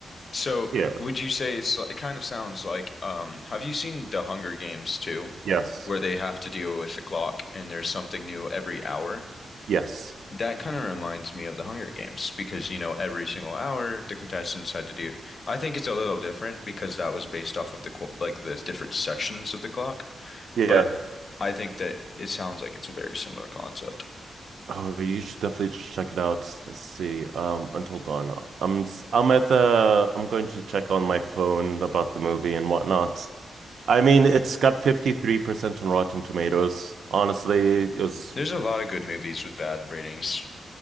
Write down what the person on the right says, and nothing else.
yeah,
yes,
yes,
yeah.
Oh, you should definitely check it out. Let's see. Um, Until Dawn. I'm i I'm at the. I'm going to check on my phone about the movie and whatnot. I mean, it's got 53% on Rotten Tomatoes. Honestly, it was